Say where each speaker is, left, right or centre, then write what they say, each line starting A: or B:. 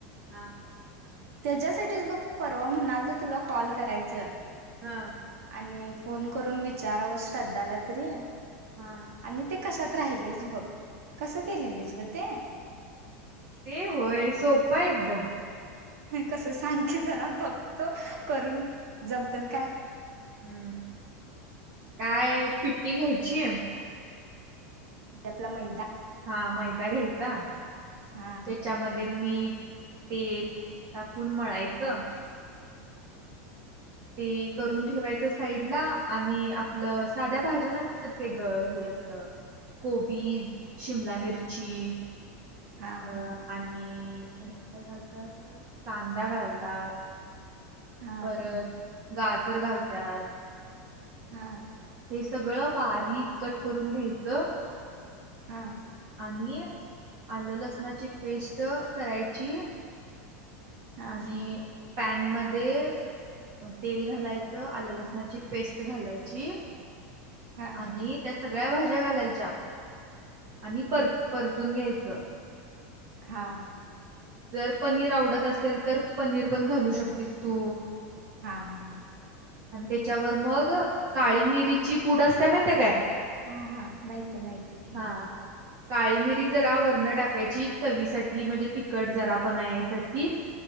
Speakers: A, on the right (about 40°); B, on the right (about 80°).
A: हा हा
B: त्याच्यासाठीच बघ परवा म्हणाल तर तुला कॉल करायचं
A: हा
B: आणि फोन करून विचारव श्रद्धाला तरी
A: हां.
B: आणि ते कसात राहिलेच बघ कसं केलेलीच ग ते
A: ते होय सोपपाा एकदम
B: नाही कसं सांग की जरा बघतो करून जमतात काय
A: हम्म काय पिट्टी घ्यायची आहे
B: म्हणजे आपला मै
A: हा माय गळेस त्याच्यामध्ये
B: हा
A: म मीठ तेल टाकून मळायचं ते करून ठेवायचं साईड ला आणि आपलं साध्या भाज्या नसतात ते ग हे आपलं कोबी शिमला मिरची
B: हा
A: अ आणि आणि काय घालतात कांदा घालतात
B: हा
A: परत गाजर घालतात
B: हा
A: हे सगळं बारीक कट करून घ्यायच
B: हा
A: आणि आणि आलं लसणाची पेस्ट करायची
B: हा
A: आणि पॅन मध्ये तेल घालायचं आलं लसणाची पेस्ट घालायची
B: हा
A: आणि त्या सगळ्या भाज्या घालायच्या आणि पर पर तून घ्यायचं
B: हा
A: जर पनीर आवडत असेल तर पनीर पण घालू शकतेस
B: पनीर
A: तू
B: हा हा
A: आणि त्याच्यावर मग काळी मिरीची पूड असते माहिती काय
B: हा हा माहती आहे माहिती आहे की
A: हा काळी मिरी जरा वर्ण टाकायची चवीसाठीठी म्हणजे त कट जरा आपण आहे यासाठी